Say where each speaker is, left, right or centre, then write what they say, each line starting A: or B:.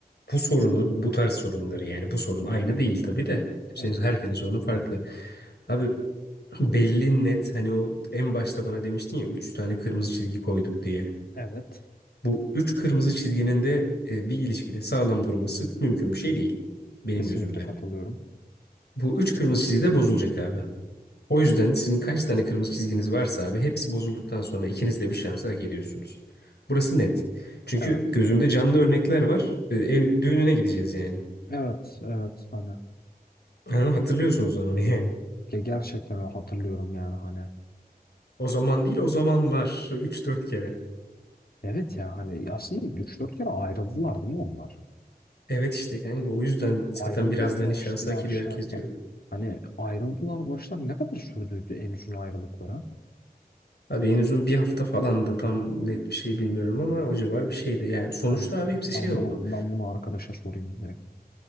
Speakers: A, on the left (about 85°); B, on the left (about 65°).
A: bu sorunu, bu tarz sorunları yani bu sorun aynı değil tabii de. Kimsenin,
B: Evet.
A: herkesin sorunu farklı.
B: Hı hı.
A: Abi belli net hani o en başta bana demiştin ya üç tane kırmızı çizgi koyduk diye.
B: Evet.
A: Bu üç kırmızı çizginin de e, bir ilişkide sağlam durması mümkün bir şey değil benim
B: Kesinlikle
A: gözümde.
B: katılıyorum.
A: Bu üç kırmızı çizgi de bozulacak abi. O yüzden sizin kaç tane kırmızı çizginiz varsa abi hepsi bozulduktan sonra ikiniz de bir şansa geliyorsunuz. Burası net. Çünkü
B: Evet.
A: gözümde canlı örnekler var. Ee, Ev düğününe gideceğiz yani.
B: Evet, evet hani
A: Ha, hatırlıyorsun o zaman yani.
B: ge- gerçekten öyle hatırlıyorum yani hani.
A: O zaman değil o zamanlar üç dört kere.
B: Evet ya hani aslında üç dört kere ayrıldılar değil mi onlar?
A: Evet işte kanka o yüzden zaten
B: Ayrıldılar,
A: biraz da
B: barıştılar,
A: hani şansı hak ediyor
B: şey
A: herkes
B: yaptılar.
A: diyorum.
B: Hani ayrıldılar, barıştılar ne kadar sürdü en uzun ayrılıkları?
A: Abi en uzun bir hafta falan da tam net bir şey bilmiyorum ama o civar bir şeydi. Yani sonuçta
B: Tamam.
A: abi hepsi şey
B: Ben
A: oldu.
B: bunu ben bunu arkadaşa sorayım direkt.